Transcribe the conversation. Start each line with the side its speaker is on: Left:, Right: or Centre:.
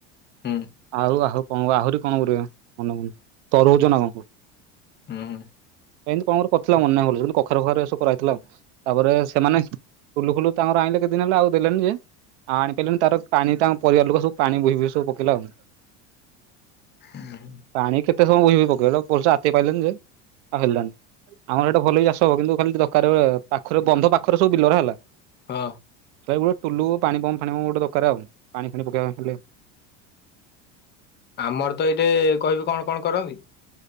Left: ହୁଁ।
Right: ଆଉ ଆହୁ କଣ ଆହୁରି କଣ ଗୁରେ ମନେ ପଡୁନି। ତରୁଭୁଜ ନା କଣ କୁଅ?
Left: ହୁଁ ହୁଁ
Right: ଏମିତି କଣଗୁରେ କରିଥିଲା ମନେ <unintelligible> କିନ୍ତୁ କଖାରେ ଫଖାରୁ ଏସବୁ କରାହଉଥିଲା ଆଉ। ତାପରେ ସେମାନେ ଫୁଲୁ ଫୁଲୁ ତାଙ୍କର ଆଇଁଲେ କେତ୍ ଦିନ ହେଲା ଆଉ ଦେଲେନି ଯେ ଆଣି ପାଇଲୁନି ତାର ପାଣି ତାଙ୍କ ପରିବାର ଲୋକ ସବୁ ପାଣି ବୋହି ବୋହି ସବୁ ପକେଇଲା ଆଉ।
Left: ଉଁ ହୁଁ।
Right: ପାଣି କେତେ ସମୟ ବୋହି ବୋହି ପକେଇଲା ପଇସା ଆତେ ପାଇଲାନି ଯେ ଆଉ ହେଲାନି। ଆମର ଏଇଟା ଭଲଇ ଚାଷ ହବ କିନ୍ତୁ ଖାଲି ଟିକେ ଦରକାର ରେ ପାଖରେ ବନ୍ଧ ପାଖରେ ସବୁ ବିଲର ହେଲା।
Left: ହଁ।
Right: ତା <unintelligible> ଟୁଲୁ ପାଣି ପମ୍ପ ଫାଣି ପମ୍ପ ଗୋଟେ ଦରକାର ଆଉ ପାଣି ଫାଣି ପକେଇବାକୁ ହେଲେ
Left: ଆମର ତ ଏଇଠେ କହିବି କଣ କଣ କରନ୍ତି?